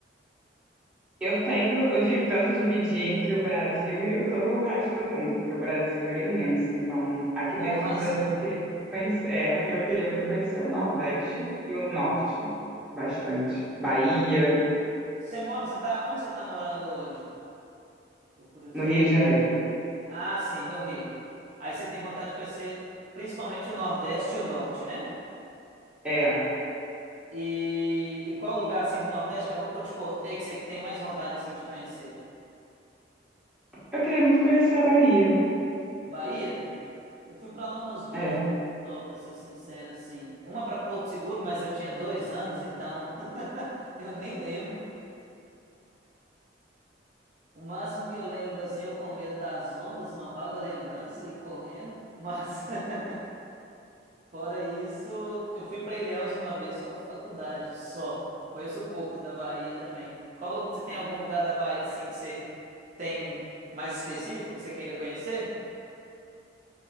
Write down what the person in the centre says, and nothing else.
Eu tenho, eu di- tento dividir entre o Brasil e o- todo o resto do mundo, porque o Brasil é imenso. Então, aqui
dentro
do Brasil, eu queria conhecer, é, <laughs> eu queria muito conhecer o Nordeste e o Norte, bastante. Bahia,
no Rio de Janeiro.
É,
eu queria muito conhecer a Bahia.
É.